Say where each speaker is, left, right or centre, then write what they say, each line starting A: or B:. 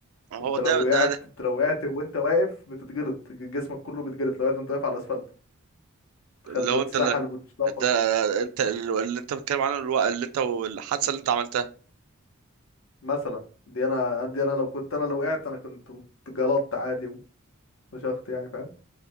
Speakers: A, on the right (about 75°); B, on the left (about 65°).
A: هو
B: انت لو
A: ده
B: وقعت
A: ده, ده.
B: انت لو وقعت وانت واقف بتتجلط جسمك كله بيتجلط لو وقعت وانت واقف على الاسفلت تخيل
A: لو
B: ده اتسحل
A: انت
B: واتشفط
A: ده انت ال- اللي انت بتتكلم عنه الو... اللي انت والحادثه اللي انت عملتها
B: مثلا دي انا دي انا لو كنت انا لو وقعت انا كنت اتجلطت عادي وفشخت يعني فاهم